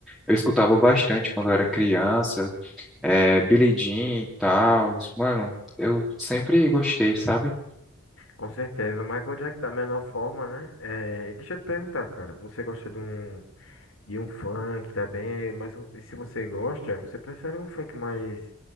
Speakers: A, in the centre; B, on the left.
A: Eu escutava bastante quando eu era criança, é, Billie Jean e tal. Mano, eu sempre gostei, sabe?
B: Com certeza, o Michael Jackson da melhor forma, né? É, e deixa eu te perguntar, cara, você gosta de um, de um funk também, mas um- e se você gosta, você prefere um funk mais